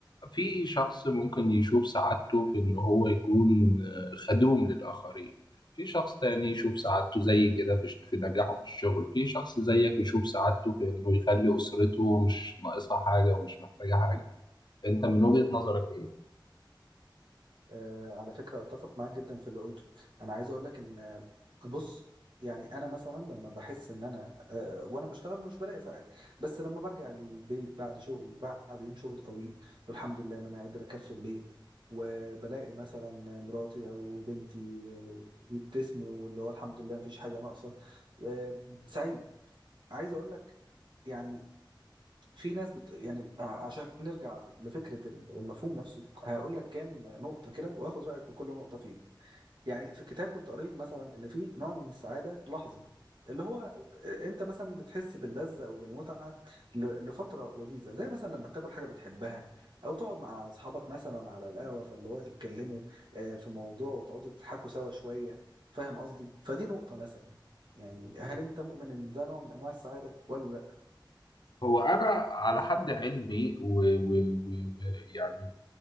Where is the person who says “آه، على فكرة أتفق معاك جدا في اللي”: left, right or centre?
Right